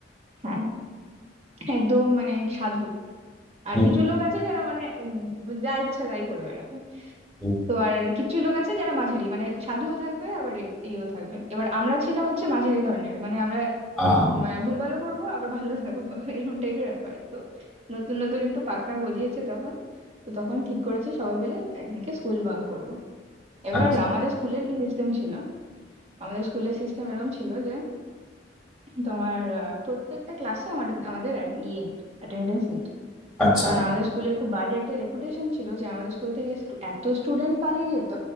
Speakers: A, on the right (about 35°); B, in the centre.
A: হ্যাঁ একদম মানে সাধু আর
B: হুম,
A: কিছু লোক আছে যারা মানে উম যা ইচ্ছা তাই করে বেড়াবে
B: হুম,
A: তো আর কিছু লোক আছে যারা মাঝারি মানে সাধুও থাকবে আবার এ- ইয়েও থাকবে এবার আমরা ছিলাম হচ্ছে মাঝারি ধরনের মানে আমরা
B: আ,
A: মানে ভুলভালও করবো আবার ভালো থাকবো <laughs> এরকম টাইপের ব্যাপার তো নতুন নতুন একটু পাকনা গজিয়েছে তখন তো তখন ঠিক করেছি সবাই মিলে একদিনকে স্কুল বাঙ্ক করব এবার
B: আচ্ছা
A: আমাদের স্কুলের কি সিস্টেম ছিল আমাদের স্কুলের সিস্টেম এরকম ছিল যে তোমার আহ, প্রত্যেকটা ক্লাসে আমাদের আমাদের at- ইয়ে অ্যাটেন্ডেন্স নিত
B: আচ্ছা,
A: কারণ আমাদের স্কুলের খুব বাজে একটা রেপুটেশন ছিল যে আমাদের স্কুল থেকে stu- এত স্টুডেন্ট পালিয়ে যেত